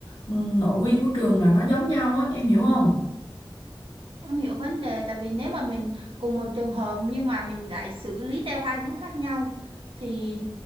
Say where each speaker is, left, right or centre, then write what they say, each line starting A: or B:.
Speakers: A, on the left; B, on the right.
A: ừ, nội quy của trường là nó giống nhau á em hiểu không
B: Em hiểu vấn đề tại vì nếu mà mình cùng một trường hợp nhưng mà mình lại xử lý theo hai hướng khác nhau thì